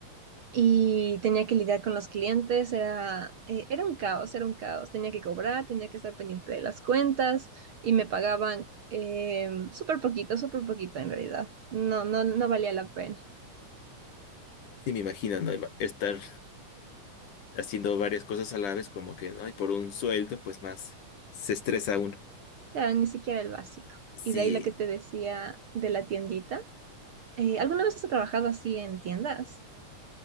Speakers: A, on the right (about 50°); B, on the left (about 70°).
A: y tenía que lidiar con los clientes. Era, eh, era un caos, era un caos. Tenía que cobrar, tenía que estar pendiente de las cuentas y me pagaban eh, súper poquito, súper poquito en realidad. No, no, no valía la pena.
B: Y me imagino, ¿no? Iba- Estar haciendo varias cosas a la vez, como que, ¿no? Y por un sueldo, pues más se estresa uno.
A: Claro, ni siquiera el básico.
B: Sí,
A: Y de ahí lo que te decía de la tiendita. Eh, ¿alguna vez has trabajado así en tiendas?